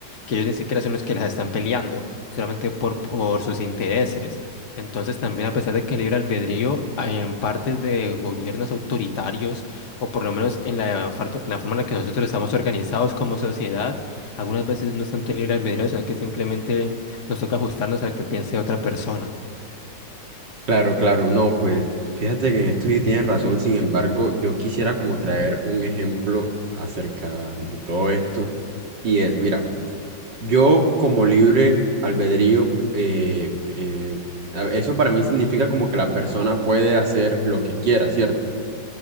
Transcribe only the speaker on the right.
Claro, claro, no, pues fíjate que en esto sí tienes razón, sin embargo, yo quisiera como traer un ejemplo acerca de todo esto y es, mira, Yo como libre albedrío, eh, eh, a- eso para mí significa como que la persona puede hacer lo que quiera, ¿cierto?